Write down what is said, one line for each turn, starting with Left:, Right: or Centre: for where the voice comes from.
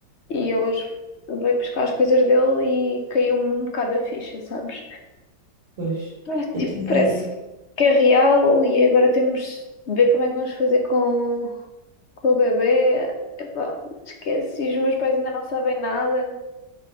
Left: e ele hoje veio buscar as coisas dele e caiu-me um bocado a ficha, sabes?
Right: Pois.
Left: Ah,
Right: Então,
Left: tipo, parece
Right: e-
Left: que é real e agora temos de ver como é que vamos fazer com Com o bebê, epá, esquece, os meus pais ainda não sabem nada.